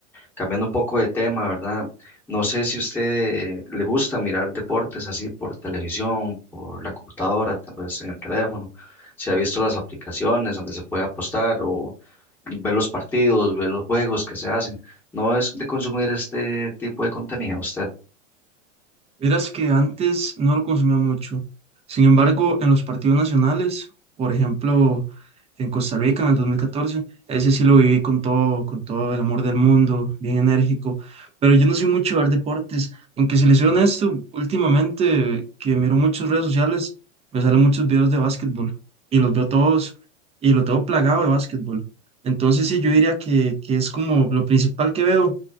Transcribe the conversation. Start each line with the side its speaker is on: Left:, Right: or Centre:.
Centre: Cambiando un poco de tema, ¿verdad? No sé si usted le gusta mirar deportes así por televisión, por la computadora, tal vez en el teléfono. Si ha visto las aplicaciones donde se puede apostar o ver los partidos, ver los juegos que se hacen. No es de consumir este tipo de contenido usted.
Right: Verás que antes no lo consumía mucho. Sin embargo, en los partidos nacionales, por ejemplo, en Costa Rica en el 2014 ese sí lo viví con todo, con todo el amor del mundo, bien enérgico. Pero yo no soy mucho de ver deportes, aunque si les soy honesto, últimamente que miro muchas redes sociales, me salen muchos videos de básquetbol y los veo todos y lo tengo plagado de básquetbol. Entonces sí, yo diría que, que es como lo principal que veo.